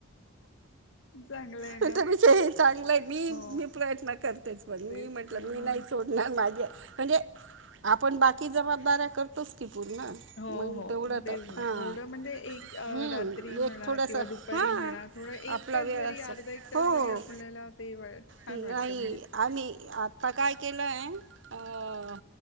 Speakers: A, on the left; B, on the right.
A: चांगलं आहे
B: पण
A: ना
B: त्या पेक्षा ही चांगलं आहे. मी
A: हो
B: मी प्रयत्न करतेच पण
A: तेच
B: मी म्हटलं
A: हो
B: मी नाही सोडणार माझं म्हणजे आपण बाकी जबाबदाऱ्या करतोच की, पूर्ण
A: हो
B: मग
A: हो
B: तेवढं
A: तेच
B: तर
A: ना
B: हां
A: थोडं म्हणजे एक
B: हम्म
A: रात्री
B: एक
A: म्हणा
B: थोडंसं
A: किंवा दुपारी
B: हां
A: म्हणा थोडं एक
B: आपला
A: तास
B: वेळ
A: जरी
B: असतो
A: अर्धा एक तास
B: हो
A: जरी आपल्याला ते वा छान
B: नाही
A: वाटतं म्हणजे
B: आम्ही आता काय केलं अ